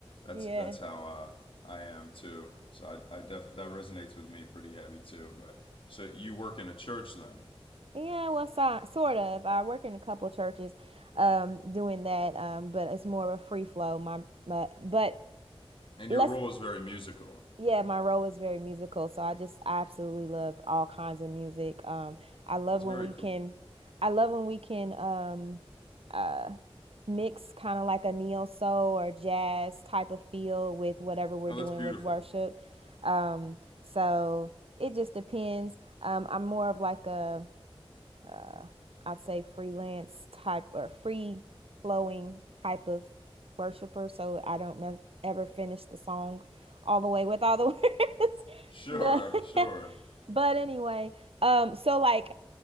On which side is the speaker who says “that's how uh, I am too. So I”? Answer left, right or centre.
Left